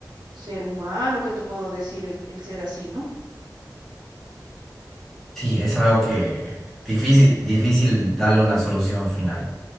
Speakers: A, on the right; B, in the centre.
A: ser humano, ¿qué te puedo decir el, el ser así, ¿no?
B: Sí, es algo que difícil, difícil darle una solución final.